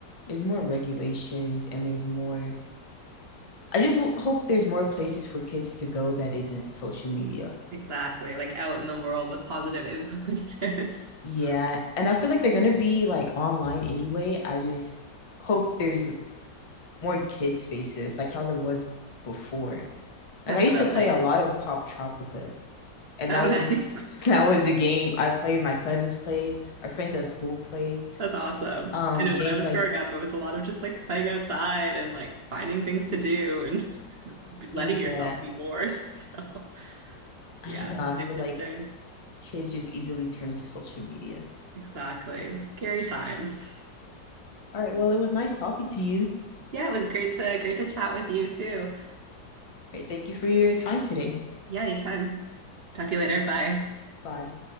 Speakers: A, on the left; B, on the right.
A: there's more regulations and there's more i just w- hope there's more places for kids to go that isn't social media
B: Exactly. Like out in the world with positive influences. <laughs>
A: yeah and i feel like they're gonna be like online anyway i just hope there's more kid spaces, like how there was before. Like
B: Definitely.
A: I used to play a lot of Pop Tropica, and
B: Oh,
A: that
B: nice.
A: was <laughs> that was a game I played. My cousins played, my friends at school played.
B: <laughs> That's awesome.
A: Um,
B: I know
A: games
B: when I was
A: like
B: growing up, it was a lot of just like playing outside and like finding things to do and <laughs> letting
A: yeah,
B: yourself be bored. <laughs> So,
A: I
B: yeah,
A: don't know. I
B: it's
A: feel
B: interesting.
A: like kids just easily turn to social media.
B: Exactly. Scary times.
A: All right, well, it was nice talking to you.
B: Yeah, it was great to great to chat with you too.
A: All right, thank you for your time today.
B: Yeah, anytime. Talk to you later. Bye.
A: Bye.